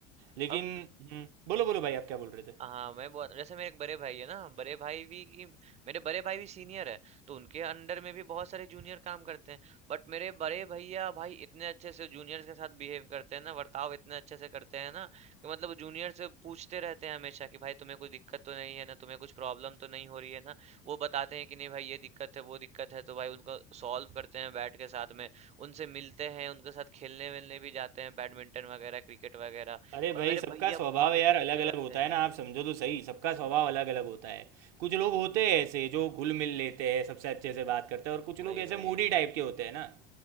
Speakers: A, on the right; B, on the right.
A: लेकिन
B: और उम,
A: हम्म, बोलो बोलो भाई आप क्या बोल रहे थे
B: हाँ मैं बहुत जैसे मेरे एक बड़े भाई है ना बड़े भाई भी की मेरे बड़े भाई भी सीनियर है तो उनके अंडर में भी बहुत सारे जूनियर काम करते हैं बट मेरे बड़े भैया भाई इतने अच्छे से जूनियर्स के साथ बिहेव करते हैं ना वर्ताव इतने अच्छे से करते हैं ना कि मतलब जूनियर से पूछते रहते हैं हमेशा कि भाई तुम्हें कोई दिक्कत तो नहीं है ना तुम्हें कुछ प्रॉब्लम तो नहीं हो रही है ना वो बताते हैं कि नहीं भाई ये दिक्कत है वो दिक्कत है तो भाई उनको सॉल्व करते हैं बैठ के साथ में उनसे मिलते हैं उनके साथ खेलने वेलने भी जाते हैं बैडमिंटन वगैरह क्रिकेट वगैरह
A: अरे
B: और
A: भाई
B: मेरे
A: सबका
B: भैया
A: स्वभाव
B: बहुत
A: यार
B: अच्छे
A: अलग
B: से
A: अलग
B: रहते
A: होता
B: हैं
A: है ना आप समझो तो सही सबका स्वभाव अलग अलग होता है कुछ लोग
B: हम्म
A: होते हैं ऐसे जो घुल मिल लेते हैं सबसे अच्छे से बात करते हैं और कुछ
B: वही
A: लोग
B: वही
A: ऐसे मूडी टाइप के होते हैं ना